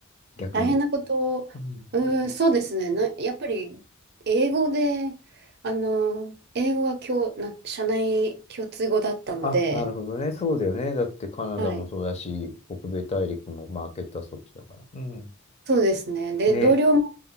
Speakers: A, on the left; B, on the right.
A: 逆に。
B: 大変なことを、
A: うん。
B: うん、そうですね。な、やっぱり、英語で、あの、英語が今日、な、社内共通語だったので、
A: あ、なるほどね。そうだよね。だってカナダもそうだし、
B: はい。
A: 北米大陸もマーケットはそっちだから。うん。
B: そうですね。で、
A: ね。
B: 同僚も